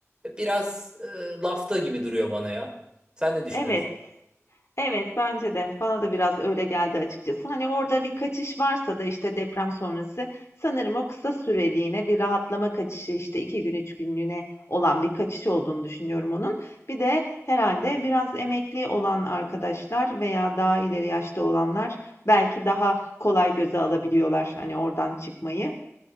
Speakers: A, on the right (about 15°); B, on the left (about 60°).
A: biraz e, lafta gibi duruyor bana ya. Sen ne düşünüyorsun?
B: Evet. Evet, bence de. Bana da biraz öyle geldi açıkçası. Hani orada bir kaçış varsa da işte deprem sonrası sanırım o kısa süreliğine bir rahatlama kaçışı işte iki gün üç günlüğüne olan bir kaçış olduğunu düşünüyorum onun. Bir de herhalde biraz emekli olan arkadaşlar veya daha ileri yaşta olanlar belki daha kolay göze alabiliyorlar hani oradan çıkmayı.